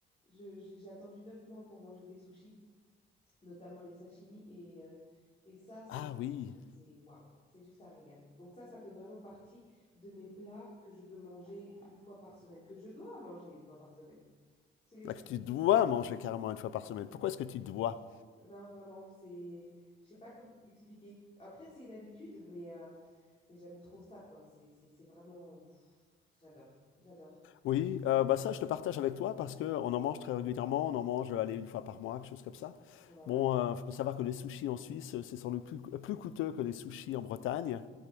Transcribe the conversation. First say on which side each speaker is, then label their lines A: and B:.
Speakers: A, on the left; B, on the left.
A: je- j'ai j'ai attendu neuf mois pour manger des sushis notamment les sashimi. Et, euh, et ça, c'est
B: Ah oui,
A: c'est- waouh, c'est juste un régal. Donc ça, ça fait vraiment partie de mes plats que je peux manger une fois par semaine, que je dois manger une fois par semaine. C'est les sushis.
B: Ah, que tu dois manger carrément une fois par semaine. Pourquoi est-ce que tu dois?
A: Non, vraiment, c'est... Je sais pas comment l'expliquer. Après, c'est une habitude, mais, euh, mais j'aime trop ça, quoi. C'est c'est- c'est vraiment... pff, J'adore, j'adore.
B: Oui, euh, bah ça, je te partage avec toi parce que on en mange très régulièrement. On en mange, euh, allez, une fois par mois, quelque chose comme ça.
A: Voilà.
B: Bon, il faut savoir que les sushis en Suisse, euh, c'est sans doute plus, plus coûteux que les sushis en Bretagne.